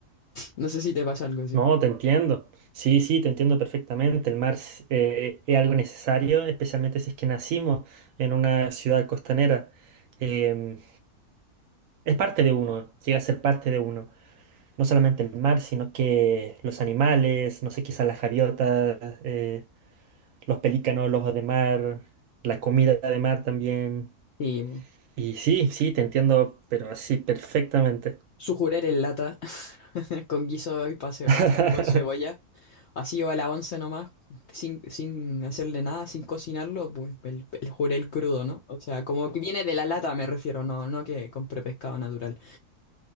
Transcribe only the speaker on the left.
No sé si te pasa algo así.
Y
sujurer en lata <laughs> con guiso y pase,
pase con cebolla, así o a la once nomás, sin, sin hacerle nada, sin cocinarlo, pues el, el jurel crudo, ¿no? O sea, como que viene de la lata me refiero, no, no que compré pescado natural.